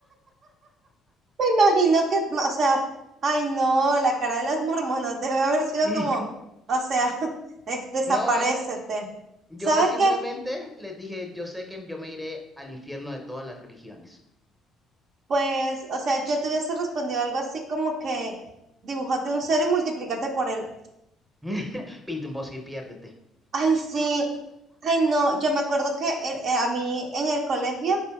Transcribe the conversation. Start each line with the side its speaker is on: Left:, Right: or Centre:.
Right: Me imagino que, o sea, ay no, la cara de las mormonas debe haber sido
Centre: <laughs>
Right: como, o sea, <laughs> es, desaparécete.
Centre: No, yo
Right: ¿Sabes
Centre: simplemente
Right: qué?
Centre: les dije, yo sé que yo me iré al infierno de todas las religiones.
Right: Pues, o sea, yo te hubiese respondido algo así como que dibújate un cero y multiplícate por él.
Centre: <laughs> Pinta un bosque y piérdete.
Right: Ay, sí. Ay, no, yo me acuerdo que eh, eh, a mí en el colegio